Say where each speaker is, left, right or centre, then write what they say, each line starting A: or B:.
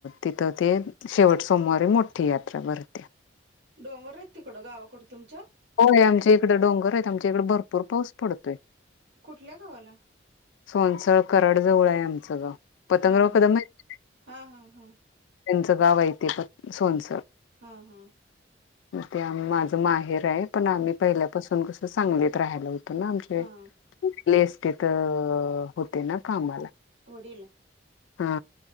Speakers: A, on the left; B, on the right.
A: तिथं ते शेवट सोमवारी मोठी यात्रा भरते.
B: डोंगर आहेत तिकडं गावाकडं तुमच्या.
A: होय आमच्या इकडें डोंगर आहेत आमच्या इकडे भरपूर पाऊस पडतोय.
B: कुठल्या गावाला.
A: सोनसळ कराडजवळ आहे आमचं ग पतंगराव
B: हा हा
A: कदम माहित आहे.
B: हा हा हा
A: त्यांचं गाव आहे ते पण सोनसर.
B: हा हा.
A: ते माझं माहेर आहे पण आम्ही पहिल्यापासून कसं सांगलीत राहायला होत. आमचे
B: हा
A: ललेस्टेत होते ना कामाला.
B: वडील.
A: हा.